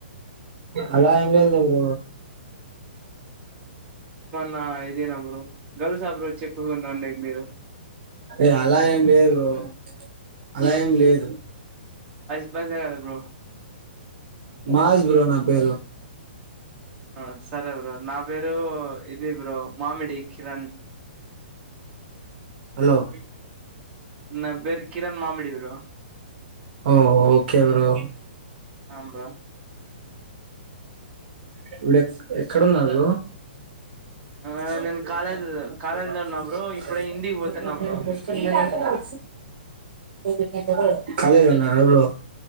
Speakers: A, on the right (about 60°); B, on the right (about 25°).
A: అలా ఏం లేదు లే బ్రో
B: నా ఇదేనా బ్రో గర్ల్సా బ్రో చెప్పుకుండా ఉండేది మీరు
A: ఎ అలా ఏం లేదు బ్రో అలా ఏం లేదు
B: పైస్ కదా బ్రో
A: మాస్ బ్రో నా పేరు
B: ఆ సరే బ్రో నా పెరు ఇధి బ్రో మామిడి కిరణ్
A: హలో
B: నా పేరు కిరణ్ మామిడి బ్రో
A: ఓ ఓకే బ్రో
B: అవును బ్రో
A: ఇప్పుడు ఎక్ ఎక్కడున్నారు బ్రో
B: ఆ
A: <unintelligible>
B: నేను కాలేజ్ కాలేజ్ లో ఉన్నా బ్రో ఇప్పుడే ఇంటికి పోతున్నా బ్రో
A: కాలేజ్ లో ఉన్నారా బ్రో